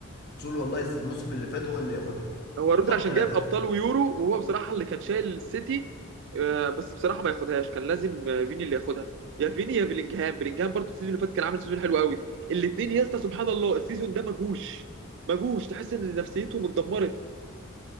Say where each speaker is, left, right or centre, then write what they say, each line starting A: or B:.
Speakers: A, on the left (about 50°); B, on the right (about 55°).
A: اصول والله الموسم اللي فات هو اللي ياخدها
B: هو رودري
A: خبط
B: عشان
A: لزق
B: جايب ابطال ويورو وهو بصراحه اللي كان شايل السيتي آه، بس بصراحه ما ياخدهاش كان لازم آه، فيني اللي ياخدها يا فيني يا بلينجهام بلينجهام برضه السيزون اللي فات كان عامل سيزون حلو قوي الاثنين يا اسطى سبحان الله السيزون ده مجوش مجوش تحس ان نفسيتهم اتدمرت